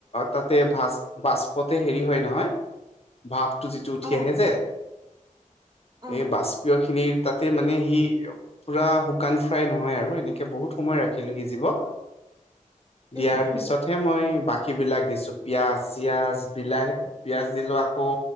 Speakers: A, on the left (about 45°); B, on the right (about 30°).
A: তাতে-ভ-ভাচ বাষ্পতে হেৰি হয় নহয় ভাপ উঠি
B: অ
A: আহে যে
B: অ
A: এই বষ্পীয়খিনিৰ তাতে মানে সি পুৰা শুকান ফ্ৰাই নহয় আৰু এনেকে বহুত সময় ৰাখিলো সিজিব। দিয়াৰ
B: উম উম
A: পিছত হে মই বাকীবিলাক দিছোঁ পিয়াজ চিয়াজ বিলাহী পিয়াজ দিলোঁ আকৌ